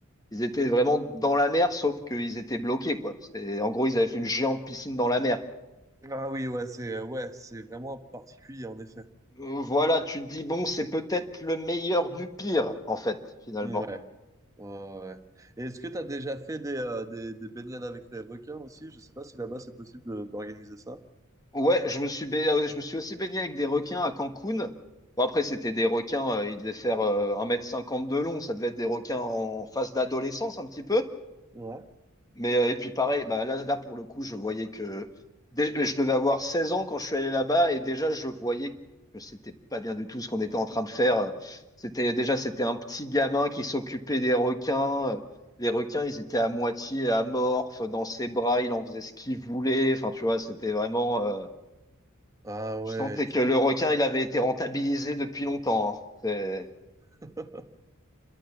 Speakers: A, on the left (about 15°); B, on the right (about 15°).
A: ils étaient vraiment dans la mer, sauf qu'ils étaient bloqués, quoi. C'était, en gros, ils avaient fait une géante piscine dans la mer.
B: Ah oui, ouais, c'est ouais, c'est vraiment un peu particulier, en effet.
A: Euh, Voilà, tu te dis, bon, c'est peut-être le meilleur du pire, en fait, finalement.
B: Ouais, ouais, ouais. Et est-ce que tu as déjà fait des, euh, des, des baignades avec les requins aussi? Je sais pas si là-bas c'est possible de- d'organiser ça.
A: Ouais, je me suis, ba- ah ouais, je me suis aussi baigné avec des requins à Cancun. Bon, après, c'était des requins, euh, ils devaient faire euh, 1m50 de long, ça devait être des requins en phase d'adolescence, un petit peu.
B: Ouais.
A: Mais euh, et puis pareil, bah là, là pour le coup, je voyais que dé- je devais avoir 16 ans quand je suis allé là-bas et déjà je voyais que c'était pas bien du tout ce qu'on était en train de faire. C'était déjà c'était un petit gamin qui s'occupait des requins. Les requins, ils étaient à moitié amorphes dans ses bras, il en faisait ce qu'il voulait. Enfin, tu vois, c'était vraiment. euh,
B: Ah ouais.
A: Je sentais
B: tu-
A: que le requin, il avait été rentabilisé depuis longtemps. hein. C'est-
B: <laughs>